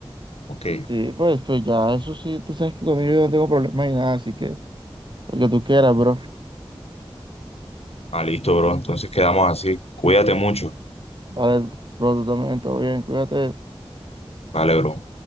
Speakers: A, on the left; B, on the right.
A: Ok,
B: Sí, pues, pues ya, eso sí, tú sabes que conmigo yo no tengo problemas ni nada, así que lo que tú quieras, bro.
A: ah, listo, bro, entonces quedamos así. Cuídate mucho.
B: Dale, bro, tú también, todo bien, cuídate.
A: Dale, bro.